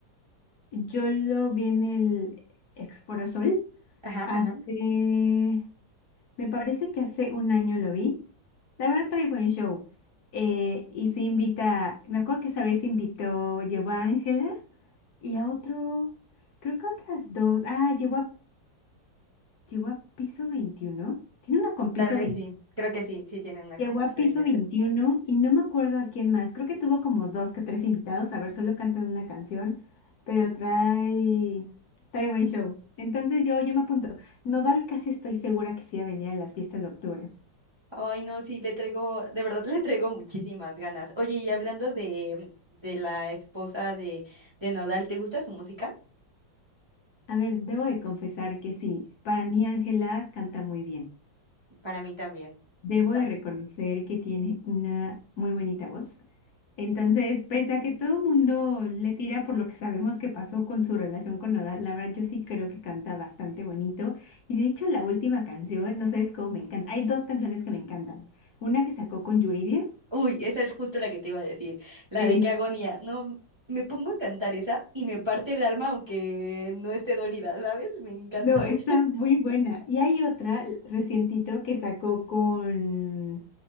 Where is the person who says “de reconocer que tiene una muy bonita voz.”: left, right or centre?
Left